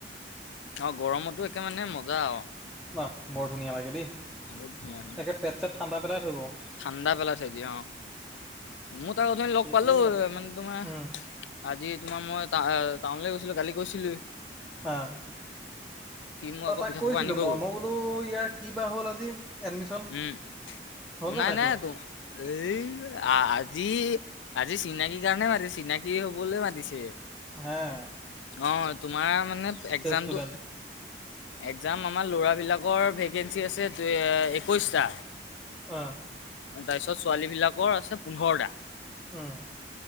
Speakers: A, on the left (about 85°); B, in the centre.
A: অ গৰমতো একে মানে মজা আৰু
B: ন বৰ ধুনীয়া লাগে দেই
A: বহুত ধুনীয়া
B: তাকে পেট চেট ঠাণ্ডা পেলাই থব
A: ঠাণ্ডা পেলাইছে দ অ মোৰ অথনি লগ
B: সেইটোৱে
A: পালো
B: ভাল আৰু
A: মানে তোমাৰ
B: উম
A: আজি তোমাৰ মই তটা টাউনলৈ গৈছিলো কালি কৈছিলো
B: হা
A: মোক
B: অ
A: আকৌ
B: তাক
A: পিঠাখোপা
B: কৈছিলো
A: আনিব
B: মই
A: গ'ল
B: মই বোলো ইয়াৰ কি বা হ'ল আজি এডমিশন
A: উম
B: হ'ল নে
A: নাই নাই
B: তোৰ
A: তোম এই আজি আজি চিনাকি কাৰণে মাতিছে চিনাকি হবলৈ মাতিছে
B: হা
A: অ তোমাৰ মানে এক্জামটো
B: ষ্টুডেণ্ট
A: একজাম আমাৰ ল'ৰাবিলাকৰ ভেকেঞ্চি আছে একৈশটা
B: অ
A: তাৰপিছত ছোৱালীবিলাকৰ আছে পোন্ধৰটা
B: উম